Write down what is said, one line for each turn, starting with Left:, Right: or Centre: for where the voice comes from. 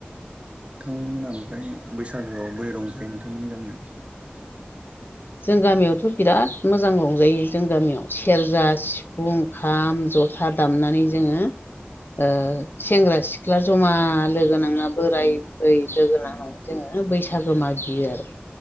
Right: <unintelligible> मोना ओमफ्राय बैसागोआव बोरै रंजायो नोंथांमोननि गामियाव?
Left: जों गामियावथ' बिराद मोजां रंजायो जों गामियाव सेरजा सिफुं खाम ज'था दामनानै जोङो ओ सेंग्रा सिख्ला जमा लोगोनांना बोराय बुरै लोगो नांनानै जोङो बैसागो मागियो आरो